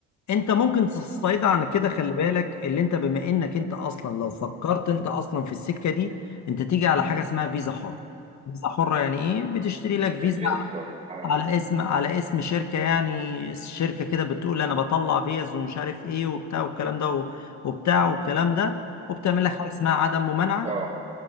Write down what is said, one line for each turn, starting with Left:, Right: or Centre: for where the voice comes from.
Left: انت ممكن تستعيد عن كده خلي
Right: امم
Left: بالك اللي انت بما انك انت اصلا لو فكرت انت اصلا في السكة دي انت تيجي على حاجة اسمها فيزا حرة فيزا حرة يعني ايه بتشتري لك فيزا
Right: الفيزا الحرة اه
Left: على اسم على اسم شركة يعني شركة كده بتقول انا بطلع فيز ومش عارف ايه وبتاع والكلام ده و- وبتاع والكلام ده وبتعمل
Right: امم
Left: لك حاجة اسمها عدم ممانعة
Right: اه